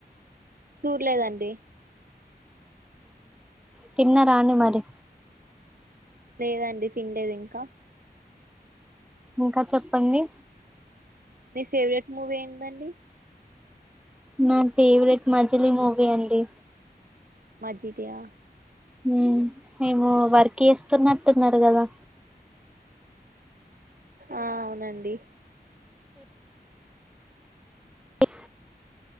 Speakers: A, on the right; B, in the centre.
A: చూడలేదండి
B: తిన్నరా అండి మరి
A: లేదండి తినలేదు ఇంకా
B: ఇంకా చెప్పండి
A: మీ ఫేవరెట్ మూవీ ఏందండి
B: నా ఫేవరెట్ మజిలి మూవీ అండి
A: మజీ త్యా
B: హ మేము వర్క్ చేస్త తున్నట్టున్నారు కదా
A: ఆ అవునండి
B: అ